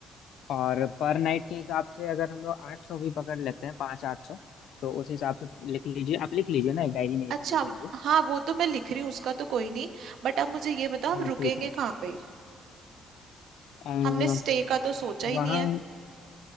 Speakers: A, on the left (about 75°); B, on the right (about 75°).
A: और पर नाइट के हिसाब से अगर हम लोग आठ सौ भी पकड़ लेते हैं पाँच आठ सौ तो उस हिसाब से लिख लीजिए आप लिख लीजिए ना एक डायरी में ये
B: अच्छा
A: सब लिख लीजिए
B: हाँ वो तो मैं लिख रही हूँ उसका तो कोई नहीं बट अब मुझे ये बताओ हम
A: हाँ
B: रुकेंगे
A: ठीक है
B: कहाँ पे
A: अ,
B: हमने स्टे का तो सोचा ही
A: वहाँ
B: नहीं है